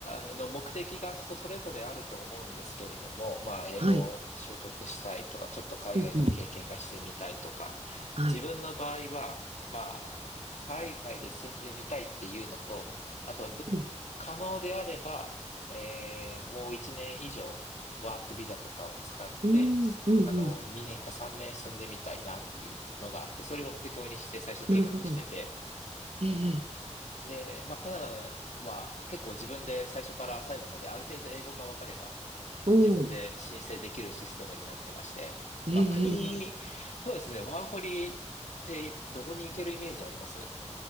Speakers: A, on the left (about 70°); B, on the right (about 55°).
A: あ、あの、目的が人それぞれあると思うんですけれども、まあ、英語を習得したいとか、
B: はい。
A: ちょっと海外の経験がしてみたいとか、
B: うんうん。はい。
A: 自分の場合は、まあ、海外で住んでみたいっていうのと、あとど、
B: うん。
A: 可能であれば、えーもう1年以上、ワークビザとかを使って、
B: うん。うんうん。
A: あの、2年か3年住んでみたいなっていうのがあって、それを目標にして最初計画してて、
B: なるほど。ええ。ええ
A: で、まあ、カナダは結構自分で最初から最後まである程度英語が分かれば
B: おお。
A: 自分で申請できるシステムになってまして、
B: ええ。
A: まあ、
B: ええええ
A: 国、そうですね、ワーホリってどこに行けるイメージあります